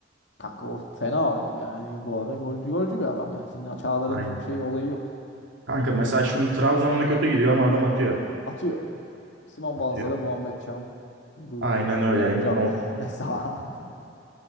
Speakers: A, on the left; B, on the right.
A: Kanka o fena o- yani bu ara golcü golcü bir adam ya. Şimdi Çağlar'ın
B: Aynen.
A: çok şey olayı yok.
B: Kanka mesela şimdi Trabzon'da kötü gidiyor ama adam atıyor.
A: Atıyor. Simon
B: Atıyor.
A: Banza ve Muhammed Çam. Bugüne
B: Aynen öyle.
A: uyan can.
B: Nok
A: <laughs> Sağ ol.